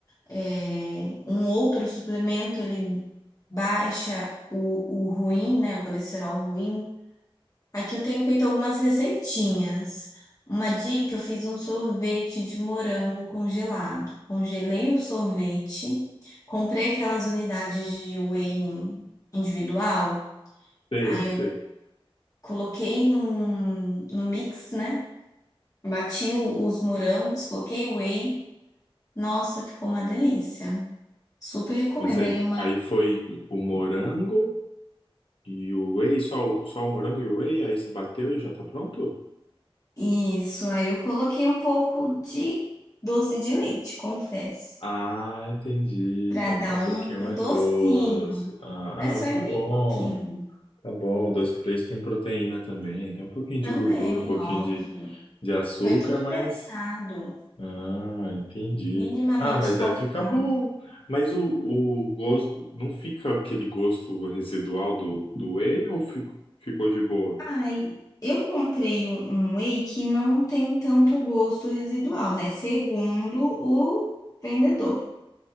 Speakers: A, on the left (about 35°); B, on the left (about 65°).
A: Eh, um outro suplemento ele baixa o, o ruim, né, o colesterol ruim. Aqui eu tenho feito algumas receitinhas. Uma dica, eu fiz um sorvete de morango congelado. Congelei o sorvete, comprei aquelas unidades de whey individual,
B: Sei,
A: aí
B: sei.
A: eu coloquei num, no mix, né? Bati o- os morangos, coloquei o whey. Nossa, ficou uma delícia. Super recomendo
B: Mas aí,
A: aí uma.
B: aí foi o morango e o whey, só, o- só o morango e o whey, aí se bateu e já tá pronto?
A: Isso, aí eu coloquei um pouco de doce de leite, confesso,
B: Ah, entendi,
A: para
B: pra ficar
A: dar
B: um pouquinho
A: um
B: mais
A: docinho.
B: doce. Ah,
A: Mas
B: ah, mas
A: foi
B: tá
A: bem
B: bom,
A: pouquinho.
B: tá bom. Doce de leite tem proteína também, tem um pouquinho
A: Também,
B: de gordura, um pouquinho
A: óbvio.
B: de, de açúcar,
A: Foi tudo
B: mas...
A: pensado,
B: Ah, entendi.
A: minimamente
B: Ah, mas
A: calculado.
B: deve ficar bom. Mas o, o gosto, não fica aquele gosto residual do, do whey ou fico- ficou de boa?
A: Ai, eu comprei um, um whey que não tem tanto gosto residual, né? Segundo o vendedor.